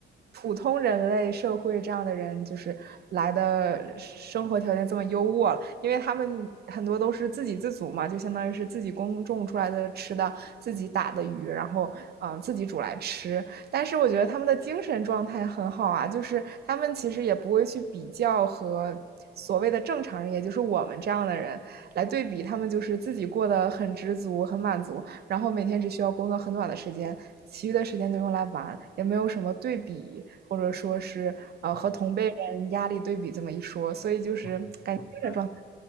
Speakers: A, on the right; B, on the left.
A: 普通人类社会这样的人，就是来的生活条件这么优渥了。因为他们很多都是自给自足嘛，就相当于是自己耕种出来的吃的，自己打的鱼，然后嗯呃自己煮来吃。但是我觉得他们的精神状态很好啊，就是他们其实也不会去比较和所谓的正常人，也就是我们这样的人来对比，他们就是自己过得很知足、很满足，然后每天只需要工作很短的时间，其余的时间都用来玩，也没有什么对比，或者说是呃和同辈人压力对比这么一说，
B: 嗯，
A: 所以就是感觉精神状态。
B: 我我明白了。